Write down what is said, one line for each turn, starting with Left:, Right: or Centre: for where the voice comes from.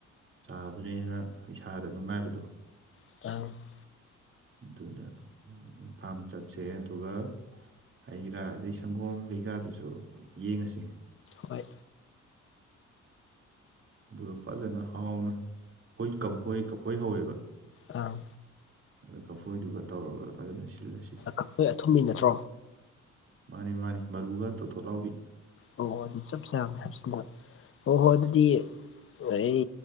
Right: ꯆꯥꯕꯗꯨꯅ ꯍꯦꯟꯅ ꯏꯁꯥꯗ ꯅꯨꯡꯉꯥꯏꯕꯗꯣ꯫
Left: <unintelligible>
Right: ꯑꯗꯨꯅ ꯐꯥꯔꯝ ꯆꯠꯁꯦ ꯑꯗꯨꯒ ꯍꯩꯔꯥ ꯑꯗꯩ ꯁꯪꯒꯣꯝ ꯀꯩꯀꯥꯗꯨꯁꯨ ꯌꯦꯡꯉꯁꯤ
Left: ꯍꯣꯏ
Right: ꯑꯗꯨꯒ ꯐꯖꯅ ꯍꯥꯎꯅ ꯑꯩꯈꯣꯏ ꯀꯝꯐꯣꯏ ꯀꯝꯐꯣꯏ ꯍꯧꯋꯦꯕ
Left: ꯑꯥꯎ
Right: ꯑꯗꯨ ꯀꯐꯣꯏꯗꯨꯒ ꯇꯧꯔꯒ ꯐꯖꯅ ꯁꯤꯜꯂ ꯁꯤꯁꯦ
Left: ꯀꯛꯐꯣꯏ ꯑꯊꯨꯝꯕꯤ ꯅꯠꯇ꯭ꯔꯣ
Right: ꯃꯥꯅꯦ ꯃꯥꯅꯦ ꯃꯔꯨꯒ ꯊꯣꯊꯣ ꯂꯥꯎꯕꯤ
Left: ꯑꯣ ꯑꯗꯨ ꯆꯞ ꯆꯥ ꯍꯥꯏꯕꯁꯤꯅ ꯑꯣ ꯍꯣꯏ ꯑꯗꯨꯗꯤ ꯑꯩ